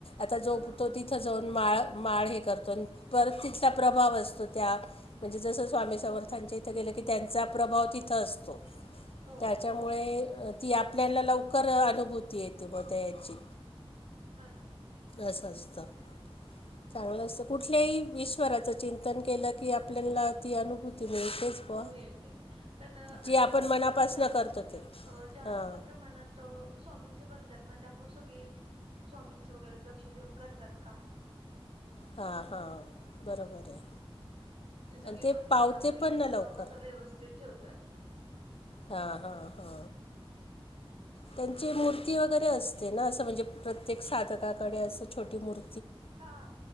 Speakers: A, on the left; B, on the right.
A: आता
B: हा
A: जोपतो ति तिथं जाऊन माळ माळ हे करतो परत तिथला प्रभाव असतो त्या म्हणजे जसं स्वामी समर्थांच्या इथं गेलं की त्यांचा प्रभाव तिथं असतो.
B: हो
A: त्याच्यामुळे ती आपल्याला लवकर अनुभूती येते म त्या याची.
B: हा नाम
A: असं असतं.
B: <inaudible>
A: चांगलं असतं कुठल्याही ईश्वराचं चिंतन केलं की आपल्यांला ती अनुभूती मिळतेच बुवा
B: मिळते पण असं
A: जे
B: स्वामींचं
A: आपण मनापासनं
B: कसं आता
A: करतो ते
B: अ जास्त
A: हां
B: प्रमाणात त स्वामींचं करत्यात ना त्यामुळे सगळी स्वामींचं वगैरे लक्ष देऊन करतात कामं.
A: हां हां बरोबर आहे.
B: सगळी
A: आणि ते
B: स्वच्छता
A: पावते
B: वगैरे
A: पण
B: सगळं
A: ना लवकर
B: कसं व्यवस्थित ठेवतात.
A: हा हा हा. त्यांची मूर्ती वगैरे असते ना असं म्हणजे प्रत्येक साधकाकडे असं छोटी मूर्
B: हा